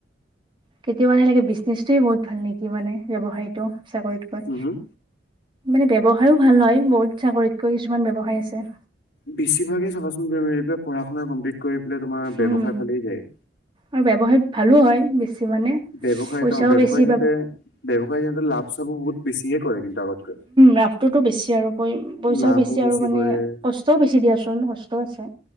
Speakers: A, on the right; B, on the left.
A: কেতিয়াবা এনেকে বিজনেচটোয়েই বহুত ভাল নেকি? মানে ব্যৱসায়টো, চাকৰিতকৈ
B: হম হম।
A: মানে ব্যৱসায়ও ভাল হয়, বহুত চাকৰিতকৈ কিছুমান ব্যৱসায় আছে।
B: বেছিভাগেই চাবাচোন <unintelligible> পঢ়া শুনা, কমপ্লিট কৰি পেলাই তোমাৰ ব্যৱসায়
A: উম।
B: ফালেই যায়।
A: আৰু ব্যৱসায়ত ভালো হয়, বেছি মানে।
B: ব্যৱসায়ত
A: পইচাও
B: অ, ব্যৱসায়ত
A: বেছি
B: সিহঁতে ব্যৱসায়ত সিহঁতে লাভ- চাভো বহুত বেছিই কৰে কিন্তু আগতকৈ।
A: লাভটোতো বেছি আৰু, প-পইচাও
B: লাভো
A: বেছি আৰু মানে
B: কৰে।
A: কষ্টও বেছি দিয়া চোন, কষ্টও আছে।